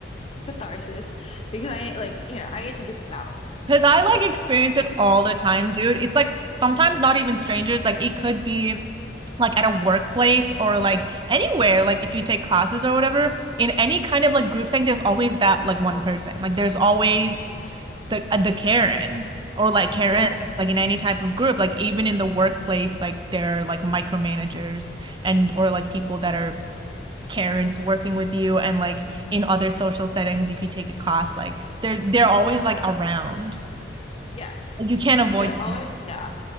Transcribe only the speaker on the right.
Because I like experience it all the time, dude. It's like sometimes not even strangers, like it could be like at a workplace or like anywhere, like if you take classes or whatever, in any kind of like group setting, there's always that like one person. Like there's always the uh, the Karen or like Karens,
like in any type of group, like even in the workplace, like they're like micromanagers and or like people that are Karens working with you and like in other social settings if you take a class like there's they're always like around
like you can't avoid
them.